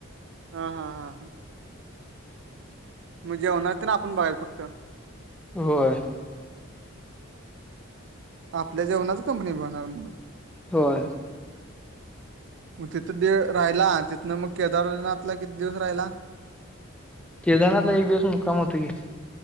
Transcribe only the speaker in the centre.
होयं
होयं
केदनांथला एक दिवसं मुक्कांम होतं की